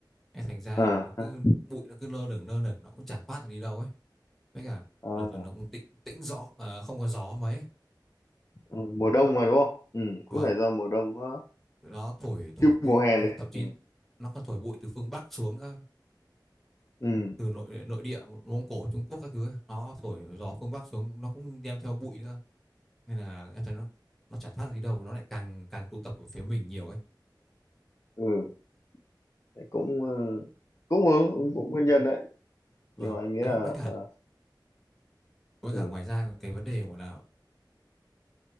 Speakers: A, in the centre; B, on the left.
A: Thế thành ra
B: à
A: là nó
B: ha
A: cứ bụi nó cứ lơ lửng lơ lửng nó cũng chả thoát được đi đâu ấy. Với cả
B: à,
A: đợt rồi nó cũng tĩnh tĩnh gió à, không có gió mấy. ấy.
B: ừ. mùa đông mà đúng không ừ. cũng
A: Vâng,
B: phải do mùa đông á.
A: nó thổi thổi
B: chứ
A: bụi
B: mùa hè
A: nó
B: này
A: thậm chí
B: ừ.
A: nó còn thổi bụi từ phương Bắc xuống nữa
B: ừ
A: từ nội nội địa Mông Cổ Trung Quốc các thứ ấy. Nó thổi gió phương Bắc xuống nó cũng đem theo bụi nữa nên là em thấy nó nó chả thoát ra đi đâu mà nó lại càng càng tụ tập ở phía mình nhiều ấy
B: ừ Đấy cũng ờ, cũng ờ, cũng cũng nguyên nhân đấy
A: vâng
B: nhưng mà anh nghĩ
A: đấy
B: là
A: với cả
B: ờ,
A: với
B: ừ.
A: cả ngoài ra cái vấn đề gọi là